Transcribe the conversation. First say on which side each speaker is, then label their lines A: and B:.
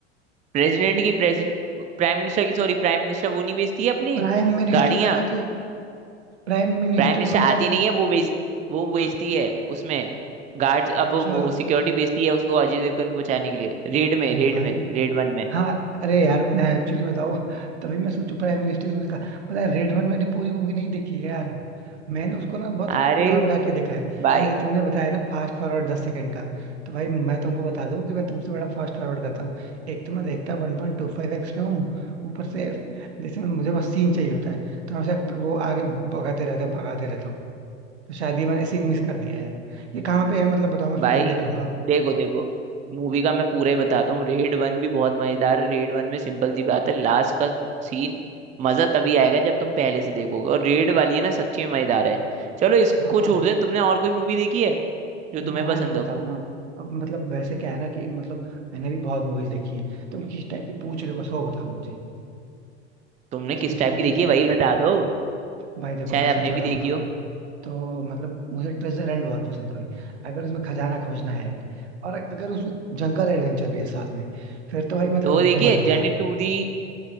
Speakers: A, on the right; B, on the right.
A: प्रेसिडेंट की प्रेसिडेंट प्राइम मिनिस्टर की सॉरी प्राइम मिनिस्टर वो नहीं बेचती है अपनी
B: प्राइम मिनिस्टर
A: गाड़ियां
B: आ जाते हैं प्राइम मिनिस्टर
A: प्राइम मिनिस्टर
B: मतलब
A: आती नहीं है वो बेच वो बेचती है उसमें गार्ड्स अब
B: अच्छा
A: वो सिक्योरिटी बेचती है उसको अजय देवगन को बचाने के लिए रेड में रेड
B: भाई
A: में रेड वन में
B: हाँ अरे यार मैं एक्चुअली बताऊँ तभी मैं सोचू प्राइम मिनिस्टर मूवी का पता है रेड वन मैंने पूरी मूवी नहीं देखी है यार मैंने उसको ना बहुत
A: अरे
B: उड़ा उड़ा के देखा है
A: भाई
B: जैसे तुमने बताया ना फास्ट फॉरवर्ड दस सेकंड का तो भाई मैं तुमको बता दूं कि मैं तुमसे बड़ा फास्ट फॉरवर्ड करता हूँ एक तो मैं देखता वन पॉइंट टू फाइव एक्स पे हूँ ऊपर से जैसे मैं मुझे बस सीन चाहिए होता है तो मैं ऐसा वो आगे भगाते रहता हूँ भगाते रहता हूँ तो शायद ये मैंने सीन मिस कर दिया है यार ये कहाँ पे है मतलब बताओ मैं
A: भाई
B: फिर से देख लूंगा
A: देखो देखो मूवी का मैं पूरा ही बताता हूँ रेड वन भी बहुत मजेदार है रेड वन में सिंपल सी बात है लास्ट का सीन मजा तभी आएगा जब तुम पहले से देखोगे और रेड वाली है ना सच्ची में मजेदार है चलो इसको
B: हाँ हाँ
A: छोड़ दे तुमने और कोई मूवी देखी है जो
B: मैं
A: तुम्हें पसंद
B: अगर बताऊँ
A: हो
B: ना अब मतलब वैसे क्या है ना कि मतलब मैंने भी बहुत मूवीज देखी हैं तुम किस टाइप की पूछ रहे हो बस वो बताओ मुझे
A: तुमने किस
B: स्पेशली
A: टाइप की देखी
B: किस टाइप
A: है वही
B: की
A: बता दो
B: भाई देखो
A: शायद
B: मैं सच
A: हमने
B: बताऊँ
A: भी देखी
B: ना
A: हो
B: तो मतलब मुझे ट्रेजर हंट बहुत पसंद है भाई अगर उसमें खजाना खोजना है और अगर उसमें जंगल एडवेंचर भी है साथ में फिर तो भाई मतलब
A: तो वो देखिए
B: डबल मजा
A: journey to the